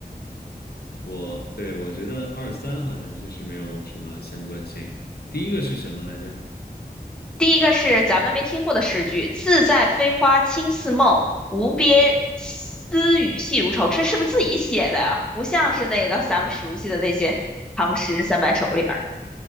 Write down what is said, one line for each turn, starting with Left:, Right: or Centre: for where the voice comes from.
Left: 我对我觉得二三好像确实没有什么相关性。第一个是什么来着？
Centre: 第一个是咱们没听过的诗句：“自在飞花轻似梦，无边丝雨细如愁。”这是不是自己写的呀？不像是那个咱们熟悉的那些唐诗三百首里面